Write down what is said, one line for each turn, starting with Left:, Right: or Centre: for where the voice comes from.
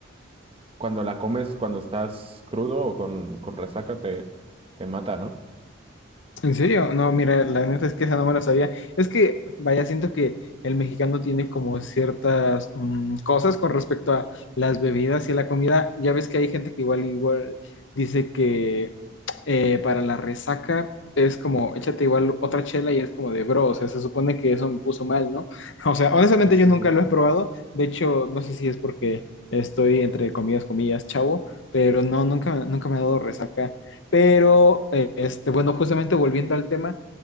Right: cuando la comes, cuando estás crudo o con, con resaca, te, te mata, ¿no?
Left: ¿En serio? No, mira, la neta es que esa no me la sabía. Es que, vaya, siento que el mexicano tiene como ciertas mm, cosas con respecto a las bebidas y a la comida. Ya ves que hay gente que igual, igual dice que eh, para la resaca es como, échate igual otra chela y es como de bro, o sea, se supone que eso me puso mal, ¿no? <laughs> O sea, honestamente
Right: Sí, sí,
Left: yo nunca
Right: sí.
Left: lo he probado. De hecho, no sé si es porque estoy entre comillas, comillas, chavo, pero no, nunca, nunca me ha dado resaca. Pero, eh, este, bueno, justamente volviendo al tema,